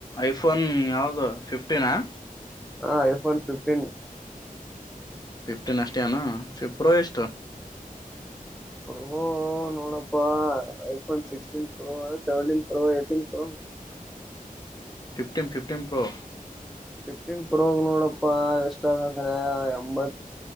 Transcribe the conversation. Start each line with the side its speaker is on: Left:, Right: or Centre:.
Left: ಐಫೋನ್ ಯಾವದು ಫಿಫ್ಟಿನಾ
Centre: ಹಾ ಐಫೋನ್ ಫಿಫ್ಟೀನ್
Left: ಫಿಫ್ಟಿನ್ ಅಷ್ಟೇನಾ ಪ್ರೊ ಎಷ್ಟು
Centre: ಹೋ ನೋಡಪ್ಪ iPhone sixteen pro seventeen pro eighteen pro
Left: fifteen fifteen pro
Centre: fifteen pro ನೋಡಪ್ಪಾ ಎಷ್ಟ ಅದೆ ಅಂದ್ರೆ ಎಂಭತ್!